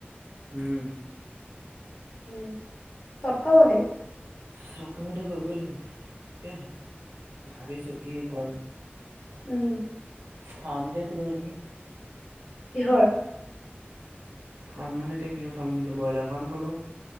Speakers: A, on the right; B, on the left.
A: উম'।
B: <unintelligible> সপ্তাহ মতে
A: চব কামতে কৰিব লাগিব তাকেহে ভাবিছোঁ কি কম।
B: উম।
A: ফাৰ্ম কে খোলো নেকি।
B: কিহৰ।
A: ফাৰ্ম মানে এতিয়া কিহৰ ফাৰ্ম খোলো ব্ৰইলাৰ ফাৰ্ম খোলো।